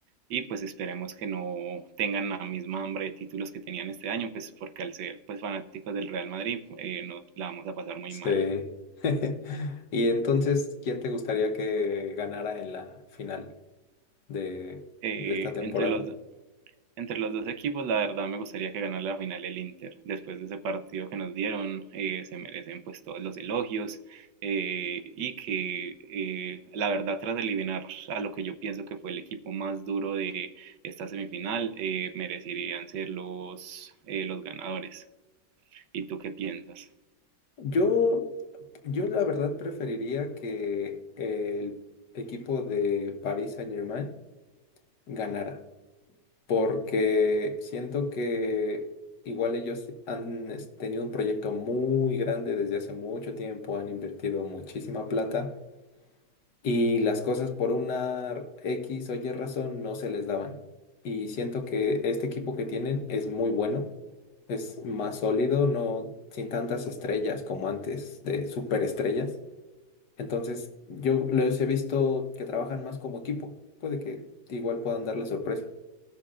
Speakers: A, on the right; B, on the left.
A: y pues esperemos que no tengan la misma hambre de títulos que tenían este año, pues porque al ser pues fanáticos del Real Madrid, eh, nos la vamos a pasar muy
B: Sí.
A: mal.
B: <laughs> Y entonces, ¿quién te gustaría que ganara en la final de,
A: eh,
B: de esta temporada?
A: entre los, do- entre los dos equipos, la verdad me gustaría que ganara la final el Inter. Después de ese partido que nos dieron, eh, se merecen pues todos los elogios eh, y que eh, la verdad tras eliminar a lo que yo pienso que fue el equipo más duro de esta semifinal, eh, merecerían ser los, eh, los ganadores. ¿Y tú qué piensas?
B: Yo, yo la verdad preferiría que el equipo de Paris Saint-Germain ganara, porque siento que igual ellos han es, tenido un proyecto muy grande desde hace mucho tiempo, han invertido muchísima plata y las cosas por una X o Y razón no se les daban. Y siento que este equipo que tienen es muy bueno, es más sólido, no sin tantas estrellas como antes de superestrellas. Entonces, yo los he visto que trabajan más como equipo. Puede que igual puedan dar la sorpresa.